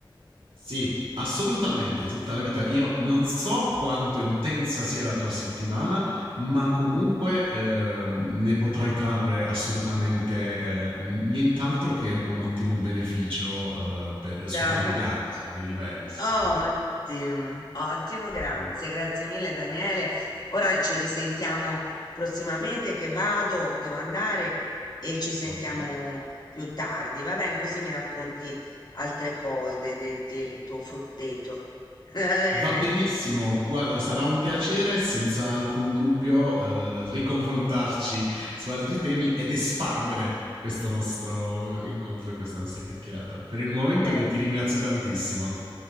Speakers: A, on the right; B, on the left.
A: Sì, assolutamente, tutta la vita. Io non so quanto intensa sia la tua settimana, ma comunque ehm, ne potrai trarre assolutamente eh, nient'altro che un ottimo beneficio eh, per-
B: Dai.
A: su vari piani, su vari livelli. Sì,
B: Ottimo,
A: sì, quindi
B: ottimo, grazie,
A: sì,
B: grazie mille Daniele. Ora ci risentiamo prossimamente che vado, devo andare e ci sentiamo
A: ok.
B: più tardi, va bene? Così mi racconti altre cose de- del tuo frutteto. <laughs> Va bene?
A: Va benissimo, guarda, sarà un piacere senza alcun dubbio eh, riconfrontarci su altri temi ed espandere questo nostro incontro e questa nostra chiacchierata. Per il momento
B: Perfetto.
A: io ti ringrazio tantissimo.